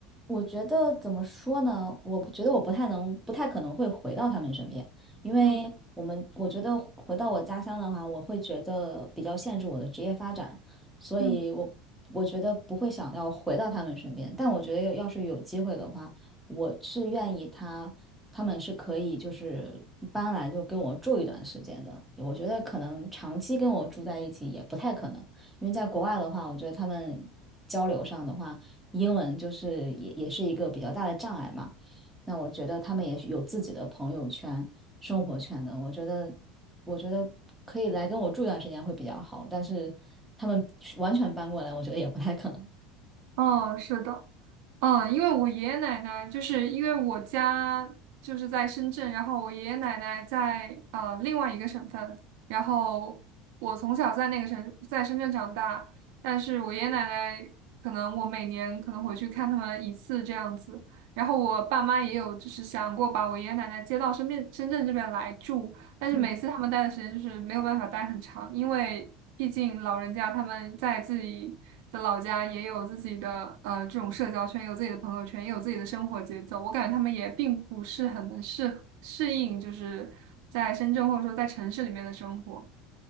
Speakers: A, in the centre; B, on the right (about 70°).
A: 我觉得怎么说呢？我不觉得我不太能，不太可能会回到他们身边，因为我们我觉得回到我家乡的话，
B: 嗯，
A: 我会觉得比较限制我的职业发展，所以我我觉得不会想要回到他们身边。
B: 嗯，
A: 但我觉得要是有机会的话，我是愿意他他们是可以就是搬来就跟我住一段时间的。我觉得可能长期跟我住在一起也不太可能，因为在国外的话，我觉得他们交流上的话。英文就是也也是一个比较大的障碍嘛。那我觉得他们也是有自己的朋友圈、生活圈的，我觉得我觉得可以来跟我住一段时间会比较好，但是他们完全搬过来，我觉得也不太可能。
B: 哦，是的，嗯，因为我爷爷奶奶就是因为我家就是在深圳，然后我爷爷奶奶在呃另外一个省份，然后我从小在那个省在深圳长大，但是我爷爷奶奶可能我每年可能回去看他们一次这样子，然后我爸妈也有就是想过把我爷爷奶奶接到深圳深圳这边来住，但是每次他们待的时间就是没有办法待很长，
A: 嗯，
B: 因为毕竟老人家他们在自己的老家也有自己的呃这种社交圈，有自己的朋友圈，也有自己的生活节奏。我感觉他们也并不是很能适适应，就是在深圳或者说在城市里面的生活。